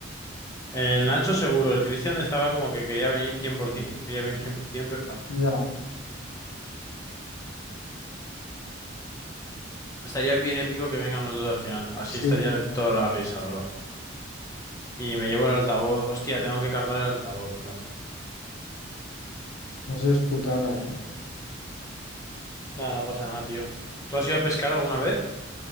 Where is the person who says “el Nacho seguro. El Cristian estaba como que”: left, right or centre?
Left